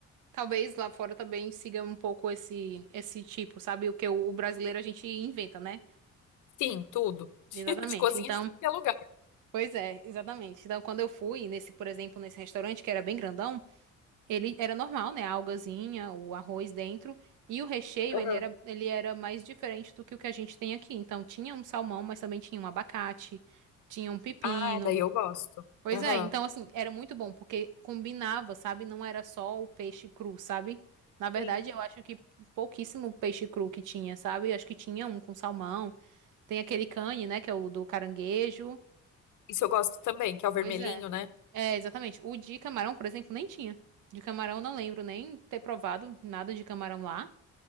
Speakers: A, on the right (about 85°); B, on the left (about 80°).
A: talvez lá fora também siga um pouco esse esse tipo, sabe? O que o brasileiro a gente inventa, né?
B: Sim, tudo. <laughs>
A: Exatamente.
B: De cozinha
A: Então,
B: de tudo que é lugar.
A: pois é, exatamente. Então, quando eu fui nesse, por exemplo, nesse restaurante que era bem grandão, Ele era normal, né? A algazinha, o arroz dentro. E o recheio,
B: Aham.
A: ele era, ele era mais diferente do que o que a gente tem aqui. Então, tinha um salmão, mas também tinha um abacate, tinha um pepino.
B: Ah, daí eu gosto.
A: Pois
B: Aham.
A: é, então, assim, era muito bom, porque combinava, sabe? Não era só o peixe cru, sabe? Na verdade,
B: Sim.
A: eu acho que pouquíssimo peixe cru que tinha, sabe? Eu acho que tinha um com salmão. Tem aquele cane, né? Que é o do caranguejo.
B: Isso eu gosto também, que é o vermelhinho,
A: Pois é.
B: né?
A: É, exatamente. O de camarão, por exemplo, nem tinha. De camarão, não lembro nem ter provado nada de camarão lá.